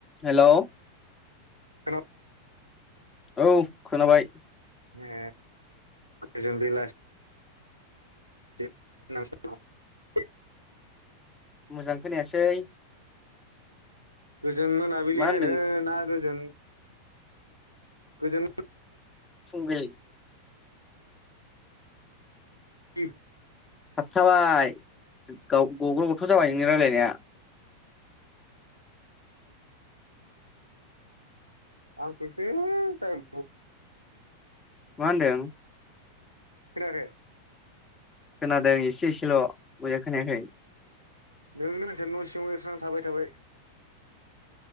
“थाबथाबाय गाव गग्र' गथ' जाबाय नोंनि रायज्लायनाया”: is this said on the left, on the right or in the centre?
Left